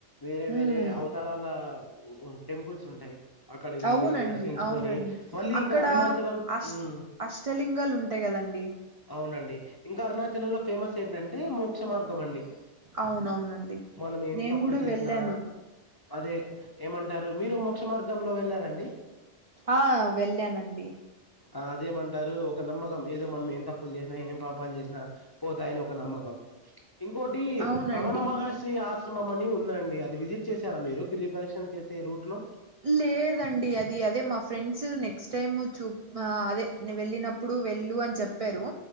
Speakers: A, on the left (about 30°); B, on the right (about 55°).
A: వేరే
B: ఉమ్
A: వేరే అవతారాల టెంపుల్స్ ఉంటాయి అక్కడికి వెళ్ళి
B: అవునండి
A: దర్శించుకొని
B: అవునండి
A: మళ్ళీ
B: అక్కడ
A: ఇక్కడ అరుణాచలం
B: అష్ట
A: ఉమ్
B: అష్టలింగాలు ఉంటాయి కదండి అండి
A: అవునండి ఇంకా అరుణాచలంలో ఫేమస్ ఏంటంటే మోక్ష మార్గం అండి
B: అవునవునండి
A: మనం ఏం
B: నేను
A: తప్పు
B: కూడా
A: చేసినా
B: వెళ్ళాను
A: అదే ఏమంటారు మీరు మోక్ష మార్గంలో వెళ్ళారండి
B: ఆ వెళ్ళానండి
A: ఆ అదేమంటారు ఒక నమ్మకం ఏదో మనం ఏం త ప్పులు జేసినా ఏం పాపాలు జేసినా పోతాయని ఒక నమ్మకం ఇంకోటి
B: అవునండి
A: రవణ మహార్షి ఆశ్రమం అని ఉందండి అది విజిట్ చేశారా మీరు గిరి ప్రదర్శన చేసే రూట్ లో
B: లేదండి అది అదే మా ఫ్రెండ్స్ నెక్స్ట్ టైమ్ చూ అదే వెళ్ళినప్పుడు వె ళ్ళు అని చెప్పారు